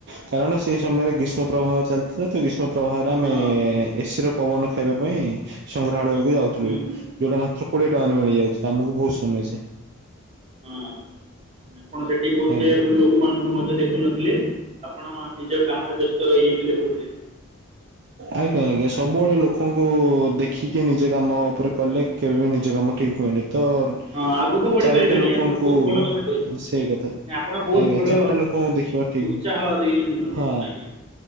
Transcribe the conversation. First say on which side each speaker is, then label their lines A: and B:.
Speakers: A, on the right; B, on the right.
A: କାରଣ ସେ ସମୟରେ ଗ୍ରୀଷ୍ମ ପ୍ରବାହ ଚାଲିଥିଲା ତ ଗ୍ରୀଷ୍ମ ପ୍ରବାହରେ ଆମେ-ଏ-ଏ-ଏ
B: ହଁ ହଁ
A: ଏ ସିର ପବନ ଖାଇବା ପାଇଁ ସଂଗ୍ରହାଳୟକୁ ଯାଉଥିଲୁ
B: ହୁଁ
A: ଯଉଟା ମାତ୍ର କୋଡିଏ ଟଙ୍କାରେ ମିଳିଯାଉଥିଲା ଆମକୁ ବହୁତ ସମୟ ଯେ
B: ହଁ। ଆପଣ ସେଠି ବହୁତଏ
A: ଆଜ୍ଞା
B: ଆପଣ ଲୋକମାନଙ୍କୁ ମଧ୍ୟ ଦେଖୁନଥିଲେ ଆପଣ ନିଜ କାମରେ ବ୍ୟସ୍ତ ରହିଯାଇଥିଲେ ବହୁଏ। ହ
A: ଆଜ୍ଞା ଆଜ୍ଞା ସବୁବେଳେ ଲୋକଙ୍କୁ ଦେଖିକି ନିଜ କାମ ଉପରେ କଲେ
B: ହଁ
A: କେବେ ବି ନିଜ କାମ ଠିକ୍ ହୁଏନି ତ-ଅ-ଅ
B: ହଁ ଆଗକୁ ବଢ଼ିପାରିବେନି
A: ଚାରିଟା ଲୋକଙ୍କୁ
B: ଆପଣ ବହୁତ ଭଲ କଥା କହିଛନ୍ତି
A: ସେଇ କଥା ଆଜ୍ଞା
B: ମାନେ ଆପଣ ବହୁତ ଭଲ
A: ଚାରିଟା ଲୋକଙ୍କୁ ଦେଖିବା ଠିକ,
B: ଉତ୍ସାହ ଦେଇଛନ୍ତି ମୋତେ
A: ହଁ।
B: ଆଜ୍ଞା